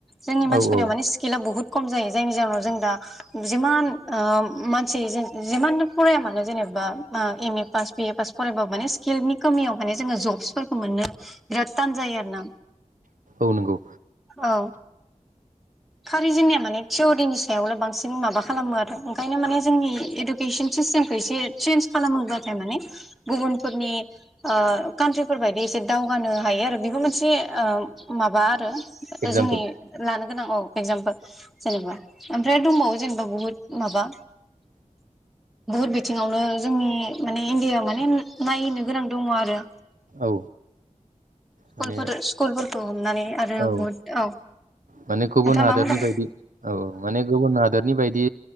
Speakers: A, in the centre; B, on the right (about 80°).
A: जोंनि मानसिफोरनियाव
B: औ औ
A: माने स्किला बुहुत खम जायो जायनि जाहोनाव जों दा जिमान ओ मानसि जों जिमाननो फराया मानो जेनेबा मा M A pass B A pass फरायबाबो माने स्किलनि खमियाव माने जोङो जब्सफोरखौ मोननो बिरात तान जायो आरोना।
B: औ नोंगौ।
A: औ खालि जोंनिया माने थिवरिनि सायावल बांसिन माबा खालामो आरो ओंखायनो माने जोंनि इडुकेसन सिस्टेमखौ एसे चेन्ज खालामोब्लाथाय माने गुबुनफोरनि ओ काउन्ट्रिफोरबायदि एसे दावगानो हायो आरो बेबो मोनसे ओ माबा आरो
B: एगजामपोल
A: जोंनि लानो गोनां औ एक्जामपोल जेनेबा ओमफ्राय दंबावो जेनेबा बहुत माबा बहुत बिथिङावनो जोंनि माने इण्डियायाव माने नायनो गोनां दङ आरो।
B: औ।
A: स्कुलफोर
B: माने
A: स्कुलफोरखौ हमनानै आथ
B: औ
A: आरो बुहुत औ।
B: माने गुबुन
A: नोंथाङा
B: हादोरनि
A: मा बुंदों
B: बायदि औ औ माने गुबुन हादोरनि बायदि